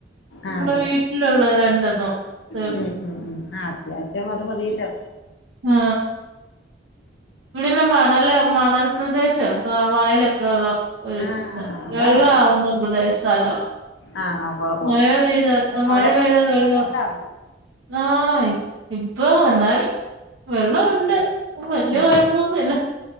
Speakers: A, on the right; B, on the left.
A: മ്മുടെ
B: ആഹ് ഉവ്വ്
A: വീട്ടിലുള്ളത്
B: ഉവ്വ്
A: രണ്ടെണ്ണോ സെ.
B: ഉം ഉം ഉം ആ അത്യാവശ്യം അത് മതിയില്ലോ.
A: ആ ഇവിടെല്ല മണല് മണൽപ്രദേശംക്ക വായലൊക്കെള്ള. ഒരു
B: ആ
A: ദ
B: അതാണ്
A: വെള്ളാവുന്നെ <unintelligible> ദയ സ്ഥല.
B: ആ ആ ഉവ്വ ഉവ്വ
A: മഴ പെയ്താൽ അ
B: അവിടെയൊക്കെ
A: മഴ പെയ്താൽ
B: കേറാറുണ്ടോ
A: വെള്ളം ആയ്. പ്പൊ എന്നാലി വെള്ള ഉണ്ട് വല്ല്യ
B: ആ
A: കൊഴപ്പൊന്നുല്ല.